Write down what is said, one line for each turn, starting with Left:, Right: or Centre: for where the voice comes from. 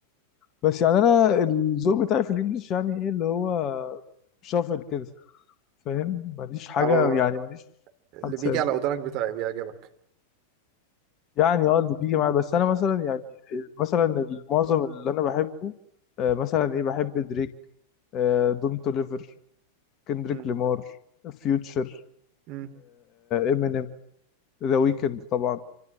Left: بس يعني انا الذوق بتاعي في الانجليش يعني ايه اللي هو شافل كده فاهم ماليش حاجه
Right: أو
Left: يعني ماليش
Right: اللي
Left: حد
Right: بيجي
Left: ثابت
Right: على ودانك بتاعي بيعجبك
Left: يعني اه اللي بيجي معايا بس انا مثلا يعني مثلا المعظم اللي انا بحبه آه، مثلا ايه بحب دريك آه، دون توليفر كندريك
Right: مم.
Left: لامار فيوتشر
Right: مم.
Left: امينيم ذا ويكند طبعا